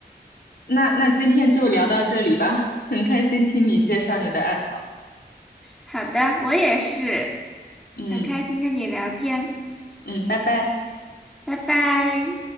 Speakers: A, on the left; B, in the centre.
A: 那那今天就聊到这里吧，很开心听你介绍你的爱好。
B: 好的，我也是，
A: 嗯
B: 很开心跟你聊天，
A: 嗯，拜拜。
B: 拜拜。